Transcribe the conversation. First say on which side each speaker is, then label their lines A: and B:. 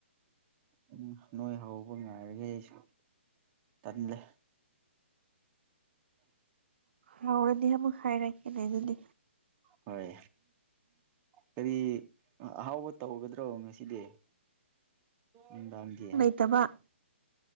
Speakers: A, on the right (about 25°); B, on the right (about 60°).
A: ꯎꯝ ꯅꯣꯏ ꯍꯧꯕ ꯉꯥꯏꯔꯒꯦ ꯑꯩꯁꯨ ꯇꯜꯂꯦ
B: ꯍꯥꯎꯔꯅꯤ ꯑꯃꯨꯛ ꯍꯥꯏꯔꯛꯀꯦꯅꯦ ꯑꯗꯨꯗꯤ
A: ꯍꯣꯏ ꯀꯔꯤ ꯑꯍꯥꯎꯕ ꯇꯧꯒꯗ꯭ꯔꯣ ꯉꯁꯤꯗꯤ ꯦ
B: ꯑꯠꯇꯕ